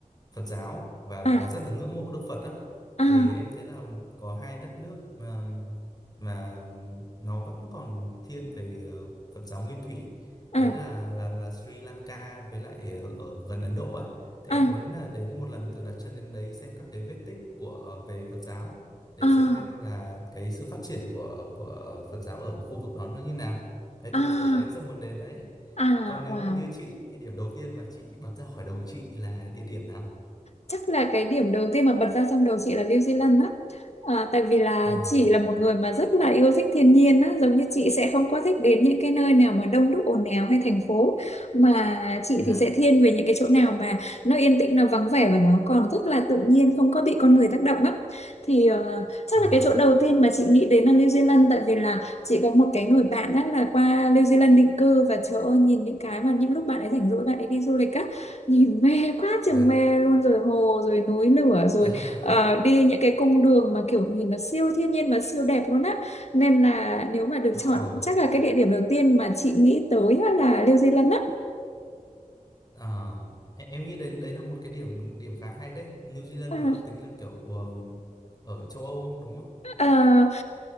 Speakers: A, on the left; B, on the left.
A: Phật giáo và
B: À,
A: và rất là ngưỡng mộ Đức Phật á,
B: à,
A: thì em thấy là có hai đất nước mà mà nó vẫn còn thiên về ờ, Phật giáo nguyên thủy,
B: à,
A: đấy là là là Sri Lanka với lại ở, ở gần Ấn Độ á, thì
B: à,
A: em muốn là đến một lần thử đặt chân đến đấy xem các cái vết tích của ờ, về Phật giáo để
B: à,
A: xem xem là cái sự phát triển của của Phật giáo ở khu vực đó nó như nào đấy
B: à,
A: thì thực sự là em rất muốn đến đấy
B: à,
A: còn nếu
B: wow.
A: mà như chị thì điểm đầu tiên mà chị bật ra khỏi đầu chị là địa điểm nào
B: chắc là cái điểm đầu tiên mà bật ra trong đầu chị là New Zealand á à, tại vì là
A: à
B: chị là một người mà rất là yêu thích thiên nhiên á giống như chị sẽ không có thích đến những cái nơi nào mà đông đúc ồn ào hay thành phố mà chị
A: dạ
B: thì sẽ thiên về những cái chỗ nào mà nó yên tĩnh nó vắng vẻ và nó còn rất là tự nhiên không có bị con người tác động á thì ờ, chắc
A: à
B: là cái chỗ đầu tiên mà chị nghĩ đến là New Zealand tại vì là chị có một cái người bạn á là qua New Zealand định cư và trời ơi nhìn những cái mà những lúc bạn ấy rảnh rỗi bạn ấy đi du lịch á nhìn mê quá chừng
A: dạ
B: mê luôn rồi hồ rồi núi lửa rồi
A: à,
B: ờ, đi những cái cung đường mà kiểu nhìn nó siêu thiên nhiên và siêu đẹp luôn á nên là nếu mà được
A: <laughs> oh,
B: chọn chắc là cái địa điểm đầu tiên mà chị nghĩ tới á là New Zealand á
A: à. Em, em nghĩ đấy đấy là một cái điểm điểm khá hay đấy New Zealand
B: À,
A: nó được tính là kiểu ờm, ở châu Âu không đúng không
B: À,